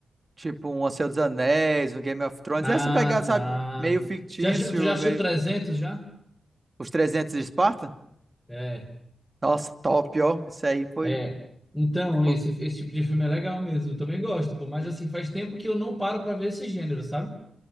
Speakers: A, on the right; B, in the centre.
A: Tipo um O Senhor dos Anéis, um Game of Thrones.
B: Ah,
A: Essa pegada, sabe?
B: tá.
A: Meio fictício,
B: Já, assi- tu já assistiu
A: meio.
B: 300 já?
A: Os 300 de Esparta?
B: É,
A: Nossa, top, ó. Isso aí foi.
B: é. Então,
A: foi...
B: esse, esse tipo de filme é legal mesmo. Eu também gosto, pô. Mas assim, faz tempo que eu não paro pra ver esse gênero, sabe?